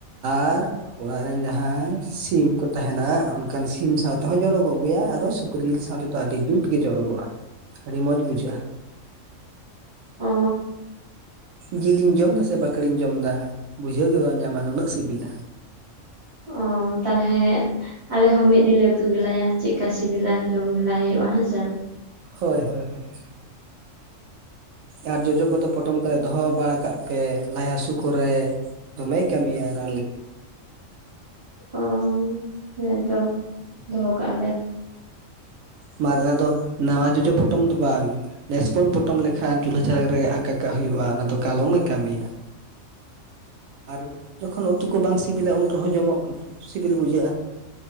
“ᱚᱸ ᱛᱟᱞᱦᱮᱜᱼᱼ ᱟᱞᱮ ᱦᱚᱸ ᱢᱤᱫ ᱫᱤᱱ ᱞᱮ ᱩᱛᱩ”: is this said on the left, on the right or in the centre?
Right